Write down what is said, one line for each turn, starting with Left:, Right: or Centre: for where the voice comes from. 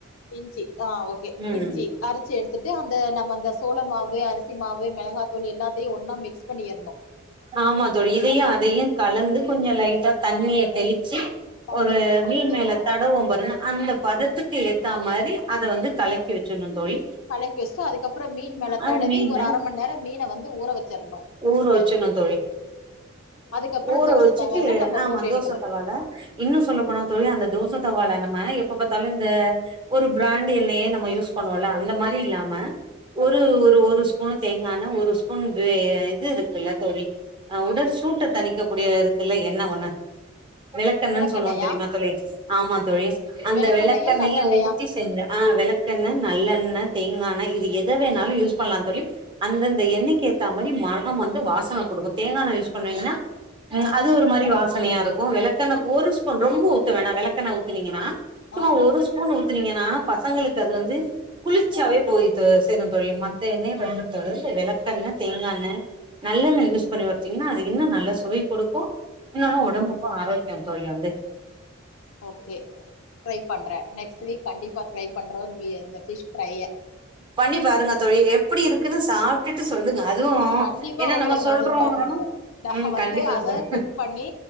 Left: இஞ்சி ஆ ஓகே
Right: ம்
Left: இஞ்சி அரச்சு எடுத்துட்டு அந்த நம்ம அந்த சோள மாவு அரிசி மாவு மெளகாத்தூள் எல்லாத்தையு ஒன்னா மிக்ஸ் பண்ணிரணு
Right: ஆமா தோழி இதையு அதையு கலந்து கொஞ்சோ லைட்டா தண்ணிய தெளிச்சு
Left: பண்ணி
Right: ஒரு மீன்
Left: ஓகே
Right: மேல தடவுவோ பாருங்க அந்த பதத்துக்கு ஏத்தா மாரி அத வந்து கலக்கி வச்சிர்னு தோழி
Left: கலக்கி வச்சுட்டு அதுக்கப்பறோ மீன் மேல
Right: அது
Left: தடவி
Right: மீன்
Left: ஒரு அர மண் நேரோ மீன வந்து ஊற வச்சிர்னு
Right: ஊர வைச்சிரனு தோழி
Left: அதுக்கப்புறோ
Right: ஊற
Left: தோச
Right: வச்சுட்டு
Left: தவால நம்ம
Right: ஆமா
Left: போட்டு
Right: தோச
Left: எடுக்கணு
Right: தவால இன்னு சொல்ல போனா தோழி அந்த தோச தவால நம்ம எப்ப பத்தாலு இந்த ஒரு பிராண்ட் என்னையே நம்ம யூஸ் பண்ணுவோல அந்த மாரி இல்லாம ஒரு ஒரு ஒரு ஸ்பூன் தேங்கா எண்ணெ ஒரு ஸ்பூன் இது இருக்கல்ல தோழி அ உடல் சூட்ட தணிக்க கூடிய இருக்கல்ல என்ன ஒண்ணு விளக்கெண்ணென்னு
Left: விளக்கெண்ணயா
Right: சொல்லுவோம் தெரிமா தோழி ஆமா தோழி அந்த
Left: விளக்கெண்ணயா
Right: விளக்கெண்ணைய
Left: நல்லெண்ணயா
Right: ஊத்தி செஞ்ச ஆ விளக்கெண்ண நல்லெண்ண தேங்கா எண்ணெ இத வேணாலு யூஸ் பண்லான் தோழி அந்தந்த எண்ணெய்க்கு ஏத்த மாரி ம னம் வந்து வாசன குடுக்கு தேங்கா எண்ணெ யூஸ் பண்ணுவீங்கன்னா
Left: ஆ
Right: அது ஒரு மாரி வா சனயா இருக்கு விளக்கெண்ண ஒரு ஸ்பூன் ரொம்ப ஊத்த வேணா விளக்கெண்ண ஊத்தனீங்கன்னா சும்மா
Left: ஆ
Right: ஒரு ஸ்பூண் ஊத்துனீங்கன்னா பசங்களுக்கு அது வந்து குளிர்ச்சியாவே போய் தொ சேருந் தோழி மத்த எண்ணெய் பயன்படுத்தலந்து விளக்கெண்ணெ தேங்கா எண்ணெ நல்லெண்ண
Left: ம்
Right: யூஸ் பண்ணி வெச்சீங்கன்னா அது இன்னு நல்ல சுவை குடுக்கு இன்னொன்னு
Left: ம்
Right: ஒடம்பு க்கு ஆரோக்கியோந் தோழி வந்து
Left: ஓகே ட்ரை பண்ற நெக்ஸ்ட் வீக் கண்டிப்பா ட்ரை பண்றோ இ இந்த ஃபிஷ் ஃப்ரைய
Right: பண்ணி பாருங்க தோழி எப்டி இருக்குனு சாப்ட்டுட்டு சொல்லுங்க அதுவு
Left: கண்டிப்பா
Right: ஏன்னா
Left: உங்களுக்கு
Right: நம்ம
Left: நா
Right: சொல்றோங்கறனு
Left: இன்ஃபார்ம் பண்ற நா
Right: ம்
Left: வந்து
Right: கண்டிப்பா
Left: அத
Right: சார்
Left: குக் பண்ணி